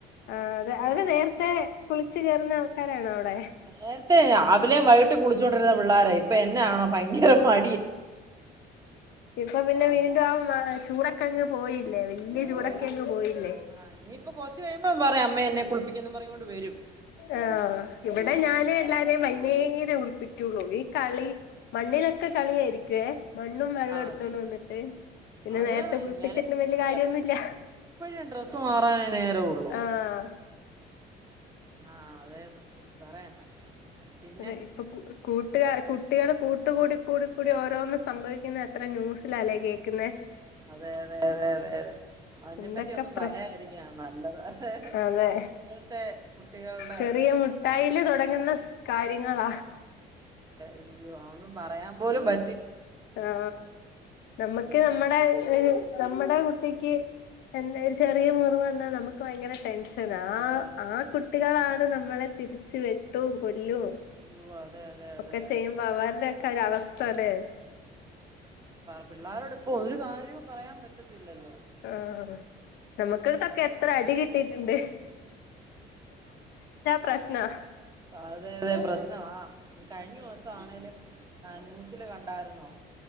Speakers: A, on the left; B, on the right.
A: ആ അതെ അവര് നേരത്തെ കുളിച്ചു കയറുന്ന ആൾക്കാരാണോ. അവിടെ
B: നേരത്തെ രാവിലെയും വൈകിട്ടും കുളിച്ചോണ്ടിരുന്ന പിള്ളാരാ ഇ പ്പെ എന്നാണോ ഭയങ്കര മ
A: ഇപ്പൊ പിന്നെ
B: ആഹ്
A: വീണ്ടും ആ മ ചൂട ക്കങ് പോയി. ല്ലേ വലിയ
B: പോയി
A: ചൂടൊക്കെ അങ്ങ് പോയില്ലേ
B: ആഹ് ഇനിയിപ്പൊ കൊറച്ച് കഴിയുമ്പോ പറയും അമ്മേ എന്നെ കുളിപ്പിക്കെന്നും പറഞ്ഞോണ്ട് വരും
A: ആഹ് ഇവിടെ
B: ആഹ്
A: ഞാനും എല്ലാരെയും വൈന്നേരെ കുളിപ്പിക്കുള്ളൂ ഈ കളി മണ്ണിലൊക്കെ കളിയായിരിക്കും ഓക്കെ മണ്ണും വെള്ളം എടുത്തോണ്ട്
B: അതെ
A: വന്നിട്ട് പിന്നെ
B: അതെ
A: നേരത്തെ
B: അതേന്നെ
A: കുളിപ്പിച്ചിട്ടും വലിയ കാര്യൊന്നുമില്ല
B: നേ എപ്പഴും ഡ്രസ്സ് മാറാനേ നേരവുള്ളൂ
A: ആഹ്.
B: ആഹ് അതെന്ന് പറയണ്ട പിന്നെ
A: അതെ ഇപ്പൊ കൂ ഒരു കൂ കുട്ടിക കുട്ടികള് കൂട്ട് കൂടി കൂടി കൂടി ഓരോന്നും സംഭവിക്കുന്ന എത്ര ന്യൂസിലാ ല്ലേ കേൾക്കുന്നേ
B: അതെ അതെ അതെ അതെ അതെ അതിനെ
A: എന്തൊക്കെ
B: പറ്റി ഒന്നും
A: പ്രശ്
B: പറയാതിരിക്കാ നല്ലത് അതെ
A: അതെ
B: ഇപ്പോഴത്തെ കുട്ടികള്ടെ
A: ചെറിയ മുട്ടായില് തൊടങ്ങുന്ന സ് കാര്യങ്ങളാ
B: അയ്യോ അതൊന്നും പറയാൻ പോലും പ
A: ആ നമ്മക്ക്
B: പിന്നെ
A: നമ്മടെ ഒര് നമ്മ്ടെ കു ട്ടിക്ക് എന്തെ ഒരു ചെറിയ മുറിവ് വന്നാ നമുക്ക് വയങ്കര ടെൻഷൻ ഷനാ
B: അതെ
A: ആ കുട്ടികളാണ് നമ് നമ്മളെ തിരിച്ച് വെട്ടും കൊല്ലും
B: അയ്യോ അതെ അതെ അതെ
A: ഒക്കെ
B: അതെ
A: ചെയ്യുമ്പോ അവര് ടെയൊക്കെ ഒരു അവസ് തലേ
B: പിള്ളേരോട് ഇപ്പൊ ഒരു കാര്യവും പറയാൻ പറ്റത്തില്ലല്ലോ
A: ആ നമ <unintelligible> എത്ര അടി കിട്ടീട്ട്ണ്ട് പ്രശ്നാ
B: അതെ അതെ പ്രശ്നവാ കഴിഞ്ഞ വസം ആണേലും ആ ന്യൂസില് കണ്ടാര്ന്നോ